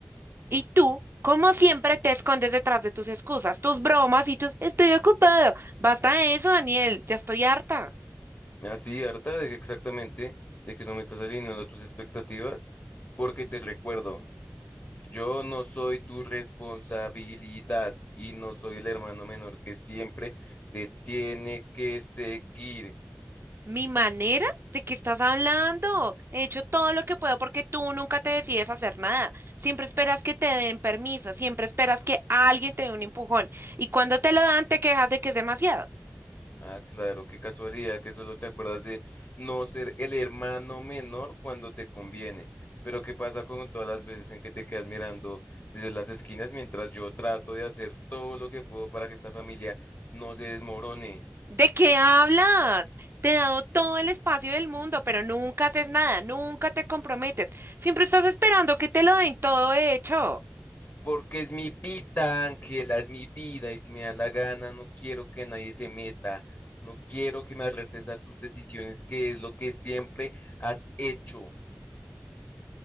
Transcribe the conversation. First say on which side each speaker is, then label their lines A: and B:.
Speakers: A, on the right; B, on the left.
A: Y tú, como siempre, te escondes detrás de tus excusas, tus bromas y tus estoy ocupado. Basta de eso, Daniel, ya estoy harta.
B: Así, harta de que exactamente, de que no me estás alineando a tus expectativas, porque te recuerdo, yo no soy tu responsabilidad y no soy el hermano menor que siempre te tiene que seguir.
A: Mi manera ¿De qué estás hablando? He hecho todo lo que puedo porque tú nunca te decides hacer nada. Siempre esperas que te den permiso, siempre esperas que alguien te dé un empujón. Y cuando te lo dan, te quejas de que es demasiado.
B: Ah, claro, qué casualidad que solo te acuerdas de no ser el hermano menor cuando te conviene. Pero ¿qué pasa con todas las veces en que te quedas mirando desde las esquinas mientras yo trato de hacer todo lo que puedo para que esta familia no se desmorone?
A: ¿De qué hablas? Te he dado todo el espacio del mundo, pero nunca haces nada, nunca te comprometes. Siempre estás esperando que te lo den todo hecho.
B: Porque es mi vida, Ángela, es mi vida y si me da la gana no quiero que nadie se meta. No quiero que me arrestes a tus decisiones, que es lo que siempre has hecho.